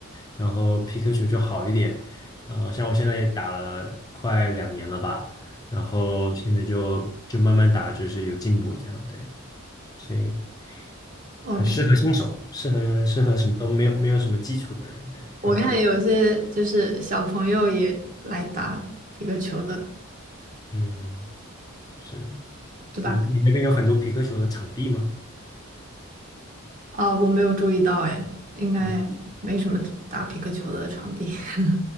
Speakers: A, on the left; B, on the right.
A: 然后皮克球就好一点，呃，像我现在也打了快两年了吧，然后现在就就慢慢打，就是有进步这样，对，所以
B: ，OK，
A: 很适合新手，适合适合什么都没有没有什么基础的人，对，
B: 我看有一些就是小朋友也来打匹克球的，
A: 像我一样，嗯，是，
B: 对吧？
A: 你你那边有很多皮克球的场地吗？
B: 啊，我没有注意到，哎，应该没什么打匹克球的场地。
A: 没，
B: <laughs>